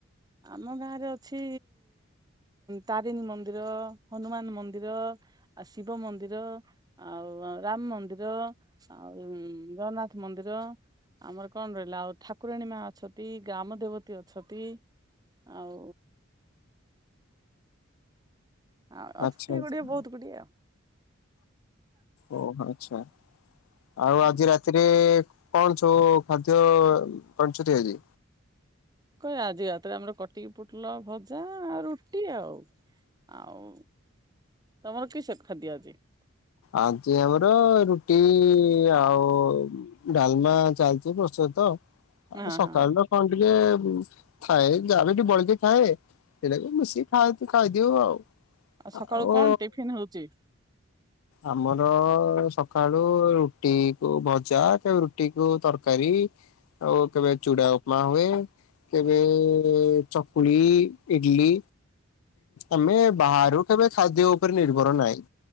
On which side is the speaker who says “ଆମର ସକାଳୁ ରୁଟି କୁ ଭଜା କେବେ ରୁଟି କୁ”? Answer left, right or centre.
Left